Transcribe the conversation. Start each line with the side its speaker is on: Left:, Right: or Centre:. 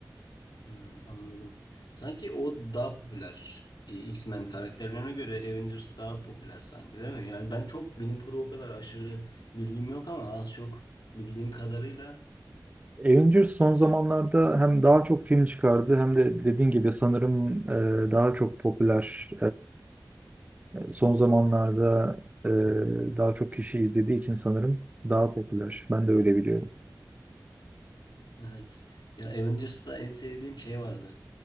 Left: Hmm, anladım. Sanki o daha popüler. E, X-Men karakterlerine göre Avengers daha popüler sanki değil mi? Yani ben çok bilim kurgu o kadar aşırı bilgim yok ama az çok bildiğim kadarıyla
Right: Avengers son zamanlarda hem daha çok film çıkardı hem de dediğin gibi sanırım e, daha çok popüler. E, son zamanlarda e, daha çok kişi izlediği için sanırım daha popüler. Ben de öyle biliyorum.
Left: evet. Ya Avengers'ta en sevdiğim şey vardı.